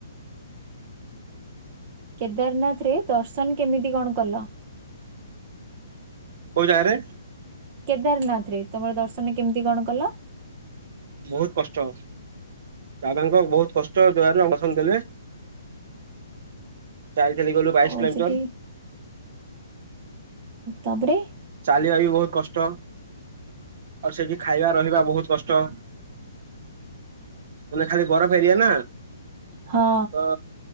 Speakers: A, on the right; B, on the right.
A: କେଦାରନାଥ ରେ ଦର୍ଶନ କେମିତି କଣ କଲ।
B: କୋଉ ଜାଗାରେ।
A: କେଦାରନାଥ ରେ ତମର ଦର୍ଶନ କେମିତି କଣ କଲ।
B: ବହୁତ କଷ୍ଟ ହଉଛି ବାବାଙ୍କ ବହୁତ କଷ୍ଟ ଦୁଆରେ ଅସନ ଦେଲେ। ଚାଲି ଚାଲି ଗଲୁ। ବାଇଶ
A: ଓ
B: କିଲୋମିଟର
A: ସେଠି ତାପରେ।
B: ଚାଲିବା ବି ବହୁତ କଷ୍ଟ। ଆଉ ସେଠି ଖାଇବା ରହିବା ବହୁତ କଷ୍ଟ। ମାନେ ଖାଲି ବରଫ ଏରିଆ ନା।
A: ହଁ।
B: ତ